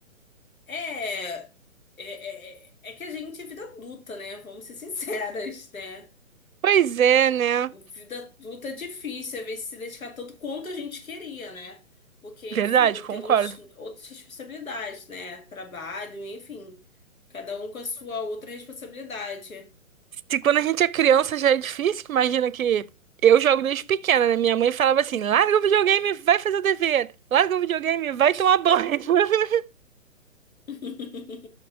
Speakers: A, on the left (about 80°); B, on the right (about 80°).
A: É, é, é, é é que a gente é vida adulta, né? Vamos ser sinceras, né?
B: Pois é, né?
A: Vida adulta é difícil, às vezes se dedicar tanto quanto a gente queria, né? Porque, enfim,
B: Verdade, concordo.
A: temos outras responsabilidades, né? Trabalho, enfim, cada um com a sua outra responsabilidade.
B: Se quando a gente é criança já é difícil, que imagina que eu jogo desde pequena, né? Minha mãe falava assim: larga o videogame, vai fazer o dever. Larga o videogame, vai tomar banho. <laughs>
A: <laughs>